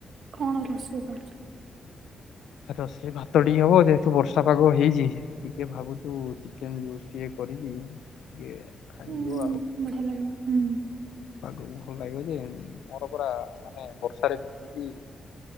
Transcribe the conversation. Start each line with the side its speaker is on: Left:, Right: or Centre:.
Right: କଣ ରୋଷେଇ କରଛ?
Left: ରୋସେଇ ଭାତ ଟିକେ ହବ, ଯେହେତୁ ବର୍ଷା ପାଗ ହେଇଚି ଟିକେ ଭାବୁଚୁ ଚିକେନ ଟିଏ କରିକି ଇଏ ଖାଇବୁ
Right: ହୁଁ
Left: ଆଉ।
Right: ବଢିଆ ଲାଗିବ ହୁଁ।
Left: ପାଗକୁ ଭଲ ଲାଗିବ ଯେ ମୋର ପୁରା ମାନେ ବର୍ଷାରେ ଭିଜିକି